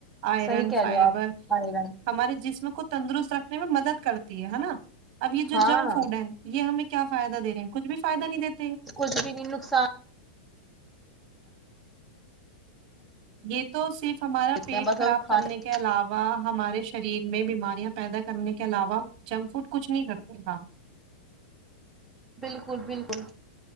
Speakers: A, on the right; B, in the centre.
A: آئرن
B: صحیح کہہ
A: فائبر
B: رہے ہو آپ آئرن
A: ہمارے جسم کو تندرست نہیں وہ مدد کرتی ہے ہے نا اب یہ جو
B: ہاں
A: جنک فوڈ ہے یہ ہمیں کیا فائدہ دے رہے ہیں کچھ بھی فائد نہیں دتا
B: کچھ بھی نہیں نقصان
A: یہ تو صرف ہمارا
B: دیتے
A: پیٹ
B: ہیں بس
A: خراب
B: اب کھانا
A: کرنے کے علاوہ ہمارے شریر میں بیماریاں پیدا کرنے کے علاوہ جنک فوڈ کچھ نہیں کرتے ہ
B: بالکل بالکل